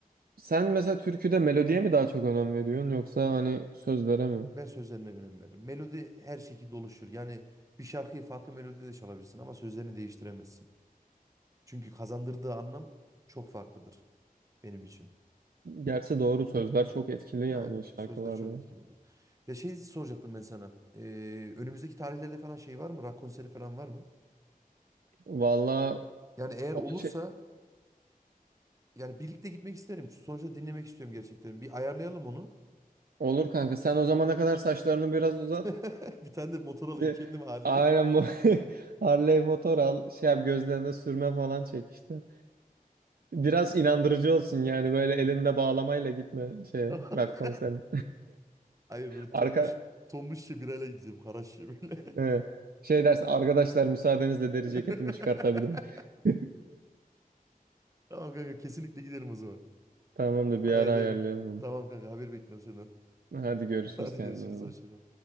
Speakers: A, on the right; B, on the right.
A: sen mesela türküde melodiye mi daha çok önem veriyorsun yoksa hani sözlere mi?
B: Ben sözlerine önem veririm. Melodi her şekilde oluşur. Yani bir şarkıyı farklı melodide de çalabilirsin ama sözlerini değiştiremezsin. Çünkü kazandırdığı anlam çok farklıdır benim için.
A: Gerçi doğru sözler çok etkili yani
B: Aynen
A: şarkılarda.
B: sözleri çok etkilidir. Ya şey soracaktım ben sana. Ee, önümüzdeki tarihlerde falan şey var mı? Rock konseri falan var mı?
A: Valla
B: Yani eğer
A: o
B: olursa
A: şey,
B: yani birlikte gitmek isterim. Sonuçta dinlemek istiyorum gerçekten. Bir ayarlayalım onu.
A: olur kanka sen o zamana kadar saçlarını biraz uzat.
B: <laughs> Bir tane de motor alayım
A: Bir
B: kendime Harley.
A: Aynen bu <laughs> Harley motor al şey yap gözlerine sürme falan çek işte. Biraz inandırıcı olsun yani böyle elinde bağlamayla gitme şey
B: <laughs>
A: rock konserine.
B: Hayır böyle
A: <laughs> Arka
B: tombuş tombuş şebirayla gideceğim. Karaş şebirle.
A: e, şey dersin arkadaşlar müsaadenizle deri
B: <laughs>
A: ceketimi çıkartabilirim. <laughs>
B: Tamam kanka kesinlikle gidelim o zaman.
A: Tamamdır bir
B: Ayarlayalım.
A: ara ayarlayalım onu.
B: Tamam kanka haber bekliyorum senden.
A: Hadi görüşürüz
B: <laughs> Hadi
A: kendine.
B: görüşürüz
A: iyi bak.
B: hoşça kal.